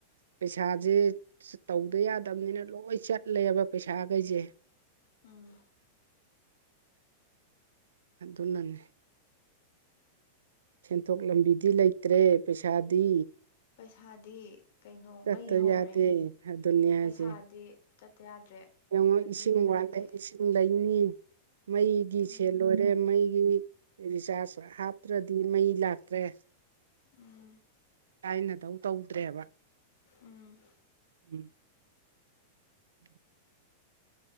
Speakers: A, on the right (about 70°); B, on the left (about 55°).
A: ꯄꯩꯁꯥꯁꯦ ꯇꯧꯗ ꯌꯥꯗꯕꯅꯤꯅ ꯂꯣꯏ ꯆꯠꯂꯦꯕ ꯄꯩꯁꯥꯈꯩꯁꯦ
B: ꯎꯝ
A: ꯑꯗꯨꯅꯅꯤ ꯁꯦꯟꯊꯣꯛ ꯂꯝꯕꯤꯗꯤ ꯂꯩꯇ꯭ꯔꯦ ꯄꯩꯁꯥꯗꯤ
B: ꯄꯩꯁꯥꯗꯤ ꯀꯩꯅꯣ
A: ꯆꯠꯇ
B: ꯃꯩ ꯍꯧꯔꯦ
A: ꯌꯥꯗꯦ ꯑꯗꯨꯅꯤ ꯍꯥꯏꯁꯦ
B: ꯄꯩꯁꯥꯗꯤ ꯆꯠꯇ ꯌꯥꯗ꯭ꯔꯦ
A: ꯌꯦꯡꯉꯣ
B: ꯂꯝꯕꯤꯗꯤ
A: ꯏꯁꯤꯡ
B: ꯂꯩꯇꯦ
A: ꯋꯥꯠꯂꯦ ꯏꯁꯤꯡ ꯁꯤꯡ ꯂꯩꯅꯤ ꯃꯩꯒꯤ
B: ꯎꯝ
A: ꯁꯦꯜ ꯂꯣꯏꯔꯦ ꯃꯩꯒꯤ ꯔꯤꯆꯥꯔꯖ ꯍꯥꯞꯇ꯭ꯔꯗꯤ ꯃꯩ ꯂꯥꯛꯇ꯭ꯔꯦ
B: ꯎꯝ
A: ꯊꯥꯏꯅꯗꯧ ꯇꯧꯗ꯭ꯔꯦꯕ
B: ꯎꯝ
A: ꯎꯝ ꯎꯝ